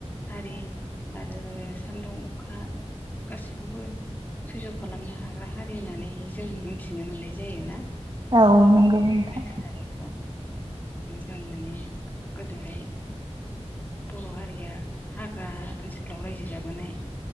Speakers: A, on the left; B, on the right.
A: हारि आरो सान्दुं अखा गासैखौबो सैज' खालामनो हाग्रा हारि होननानै जों मोनथिनो मोननाय जायोना।
B: औ औ नंगौ नोंथां
A: बे ट्रइबेल ओ जों माने गोदोहाय बर' हारिया हाग्रा ओनसोलाव रायजो जाबोनाय।